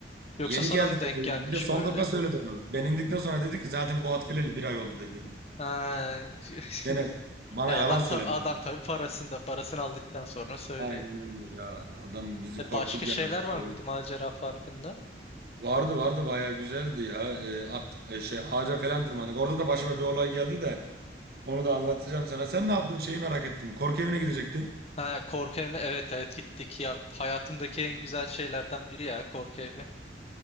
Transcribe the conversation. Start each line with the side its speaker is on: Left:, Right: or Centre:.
Left: Yoksa
Right: Yeni
Left: sana
Right: geldi
Left: mı denk
Right: dedi. Bir
Left: gelmiş
Right: de son
Left: böyle?
Right: dakika söyledi onu. Ben indikten sonra dedi ki zaten bu at geleli bir ay oldu dedi.
Left: Ha. <laughs>
Right: Dene bana
Left: E, adam
Right: yalan söylemiş
Left: tabii adam
Right: adam.
Left: tabii parasında parasını aldıktan sonra söylüyor.
Right: Aynen öyle ya. Adam bizi
Left: E,
Right: korktuk
Left: başka şeyler
Right: yani. bayağı
Left: var mıydı
Right: bir.
Left: Macera Parkı'nda?
Right: Vardı vardı bayağı güzeldi ya. E, at e, şey ağaca falan tırmandık. Orada da başıma bir olay geldi de onu da anlatacağım sana. Sen ne yaptın? Şeyi merak ettim. Korku evine gidecektin.
Left: Ha, korku evine evet evet gittik ya hayatımdaki en güzel şeylerden biri ya korku evi.